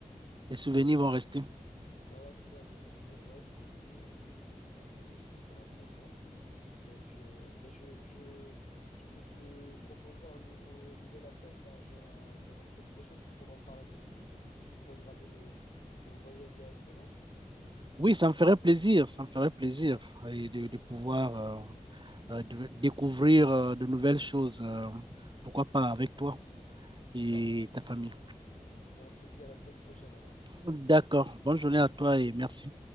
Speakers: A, on the right (about 35°); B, on the left (about 65°).
A: Les souvenirs
B: <laughs>
A: vont rester.
B: Voilà, c'est ça, les souvenirs restent et, et c'est ça qui est, qui est hyper intéressant. Donc, euh, ben je, je, je peux te proposer un nouveau, un nouvel appel là, dans la, dans la semaine prochaine pour qu'on en parle un peu plus et qu'on puisse programmer nos, nos voyages directement.
A: Oui, ça me ferait plaisir, ça me ferait plaisir et de, de pouvoir euh, euh, de découvrir euh, de nouvelles choses, euh, pourquoi pas avec toi et
B: Parfait.
A: ta famille.
B: Ben on se dit à la semaine prochaine alors.
A: D'accord, bonne journée à toi et merci.